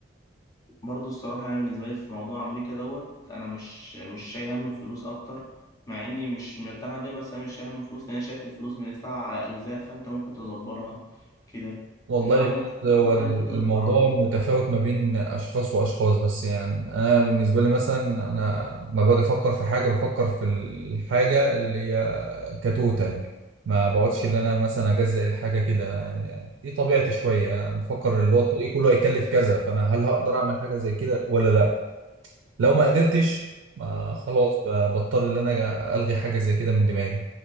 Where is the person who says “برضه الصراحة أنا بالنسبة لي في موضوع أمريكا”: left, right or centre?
Left